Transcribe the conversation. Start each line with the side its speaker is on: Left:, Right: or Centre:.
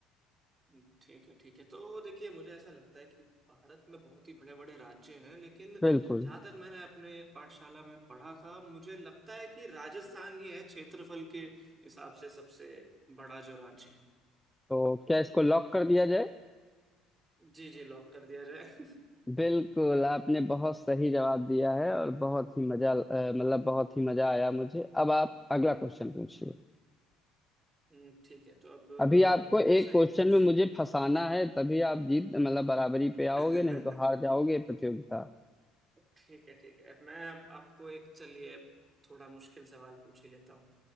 Right: हम्म, ठीक है ठीक है तो देखिए मुझे ऐसा लगता है कि भारत में बहुत ही बड़े बड़े राज्य हैं लेकिन
Centre: बिल्कुल
Right: जहाँ तक मैंने अपने पाठशाला में पढ़ा था मुझे लगता है कि राजस्थान ही है क्षेत्रफल के हिसाब से सबसे बड़ा जो राज्य है
Centre: तो क्या इसको लॉक कर दिया जाए
Right: जी जी लॉक कर दिया जाए <laughs>
Centre: बिल्कुल आपने बहुत सही जवाब दिया है और बहुत ही मजा अ, मतलब बहुत ही मजा आया मुझे अब आप अगला क्वेश्चन पूछिए
Right: हम्म, ठीक है तो अब
Centre: अभी आपको
Right: अ, ऐसा
Centre: एक
Right: ही
Centre: क्वेश्चन
Right: कुछ
Centre: में मुझे फंसाना है तभी आप जीत मतलब बराबरी पे
Right: <laughs>
Centre: आओगे नहीं तो हार जाओगे प्रतियोगिता
Right: ठीक है ठीक है मैं अब आपको एक चलिए थोड़ा मुश्किल सवाल पूछ ही लेता हूँ